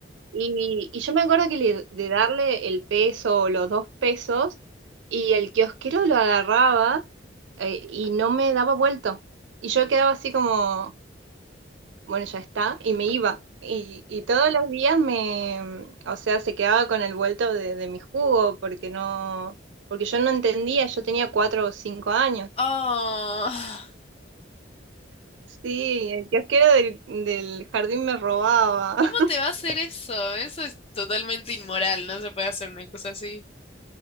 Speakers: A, on the right; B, on the left.
A: Y, y yo me acuerdo que le- de darle el peso o los dos pesos y el kiosquero lo agarraba eh, y no me daba vuelto. Y yo quedaba así como, bueno, ya está, y me iba. Y, y todos los días me, mm, o sea, se quedaba con el vuelto de, de mi jugo porque no, porque yo no entendía, yo tenía cuatro o cinco años.
B: Oh,
A: Sí, el kiosquero del, del jardín me robaba. <laughs>
B: ¿cómo te va a hacer eso? Eso es totalmente inmoral. No se puede hacer una cosa así.